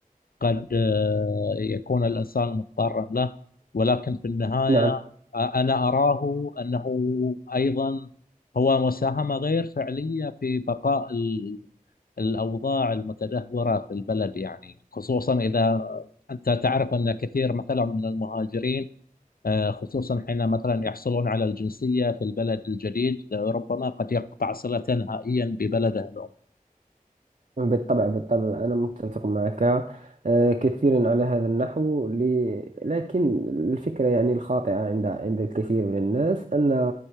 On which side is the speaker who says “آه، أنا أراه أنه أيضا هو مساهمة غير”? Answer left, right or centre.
Left